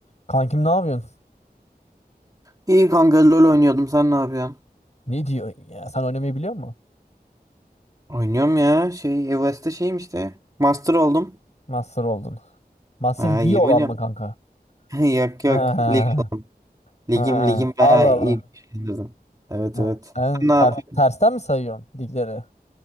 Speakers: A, on the left; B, on the right.
A: Kankim ne yapıyorsun?
B: İyi kanka LoL oynuyordum. Sen ne yapıyorsun?
A: Ne diyor ya? Sen oynamayı biliyor musun?
B: Oynuyorum ya. Şey evestte şeyim işte. Master oldum.
A: Master oldun. Master
B: Ha,
A: iyi
B: iyi
A: olan
B: oynuyorum.
A: mı kanka?
B: <laughs> Yok
A: <laughs>
B: yok. Lig oldum.
A: Ha,
B: Ligim
A: ha.
B: ligim
A: Allah
B: bayağı
A: Allah.
B: iyi güçlendirdim. Evet
A: Ha,
B: evet.
A: Sen
B: Sen Ne yapıyorsun?
A: ter- tersten mi sayıyorsun ligleri?